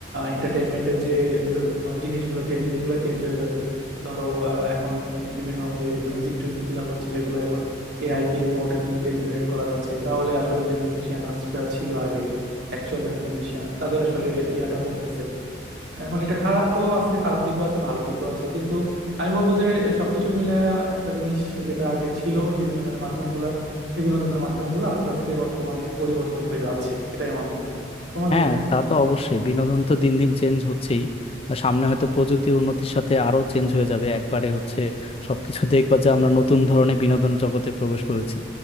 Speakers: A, on the right; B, on the left.
A: এন্টারটেইনমেন্টের যে আহ, তোমার জিনিসগুলো সেই জিনিসগুলো চেঞ্জ হয়ে যাবে ধরো আহ, এখন বিভিন্ন যে মিউজিক টিউজিক গুলো হচ্ছে সেগুলো এখন এআই দিয়ে বা অটোটিউন দিয়ে জেনারেট করা যাচ্ছে তাহলে আসলে যে মিউজিশিয়ান ছিল আগে অ্যাকচুয়াল যারা মিউজিশিয়ান তাদের আসলে ইয়াটা কমতেছে এখন এটা খারাপও আছে খারাপ দিকও আছে ভালো দিকও আছে কিন্তু আমি বলবো যে সবকিছু মিলে একটা জিনিস যেটা আগে ছিল যে বিনোদনের মাধ্যমগুলা সেই বিনোদনের মাধ্যমগুলো আস্তে আস্তে বর্তমানে পরিবর্তন হয়ে যাচ্ছে এটাই আমার মনে হয় তোমার
B: হ্যাঁ
A: কি মনে হয় বন্ধু
B: তা তো অবশ্যই বিনোদন তো দিন দিন চেঞ্জ হচ্ছেই আর সামনে হয়তো প্রযুক্তির উন্নতির সাথে আরো চেঞ্জ হয়ে যাবে একবারে হচ্ছে সবকিছু দেখবা যে আমরা নতুন ধরনের বিনোদন জগতে প্রবেশ করেছি